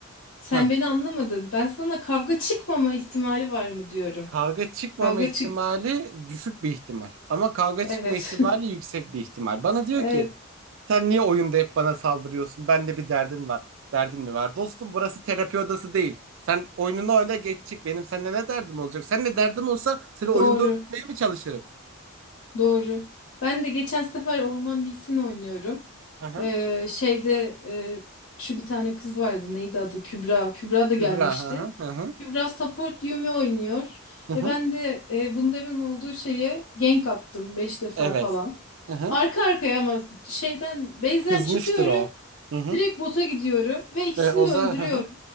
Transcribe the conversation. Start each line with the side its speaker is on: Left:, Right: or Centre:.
Left: sen
Right: heh,
Left: beni anlamadın. Ben sana kavga çıkmama ihtimali var mı diyorum.
Right: kavga çıkmama
Left: Kavga
Right: ihtimali
Left: çık.
Right: düşük bir ihtimal. Ama kavga çıkma
Left: Evet.
Right: ihtimali
Left: <laughs>
Right: yüksek bir ihtimal. Bana diyor
Left: Evet,
Right: ki Sen niye oyunda hep bana saldırıyorsun? Bende bir derdin var. Derdin mi var? Dostum burası terapi odası değil. Sen oyununu oyna geç çık. Benim seninle ne derdim olacak? Seninle derdim olsa seni oyunda
Left: doğru.
Right: öldürmeye mi çalışırım?
Left: Doğru. Ben de geçen sefer Orman Lee'sini oynuyorum.
Right: Hı hı.
Left: Ee, şeyde e, şu bir tane kız vardı. Neydi adı? Kübra. Kübra da
Right: Kübra.
Left: gelmişti.
Right: Hı hı. Hı hı.
Left: Kübra support Yumi oynuyor.
Right: Hı
Left: E
Right: hı.
Left: ben de e, bunların olduğu şeye gank attım Beş defa
Right: Evet.
Left: falan.
Right: Hı hı.
Left: Arka arkaya ama şeyden base'den
Right: Kızmıştır
Left: çıkıyorum.
Right: o. Hı hı.
Left: Direkt bota gidiyorum ve ikisini
Right: Ve o,
Left: de
Right: za
Left: öldürüyorum.
Right: hı hı.